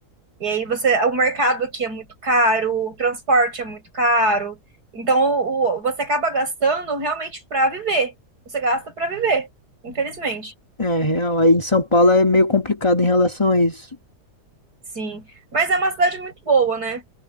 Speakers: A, on the right; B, on the left.
A: E aí você, o mercado aqui é muito caro, o transporte é muito caro. Então o, o- você acaba gastando realmente para viver. Você gasta para viver, infelizmente.
B: É, real, aí em São Paulo é meio complicado em relação a isso.
A: Sim, mas é uma cidade muito boa, né?